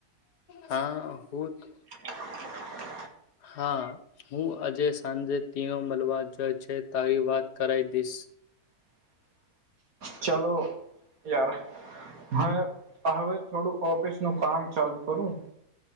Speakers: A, on the left; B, on the right.
A: હા હું તો
B: <inaudible>
A: હા હું આજે સાંજે તીનો મલબ જે છે તારી વાત કરાય. દીસ
B: ચલો યાર હ હવે થોડું ઓફિસ નું કામ ચાલુ કરુંન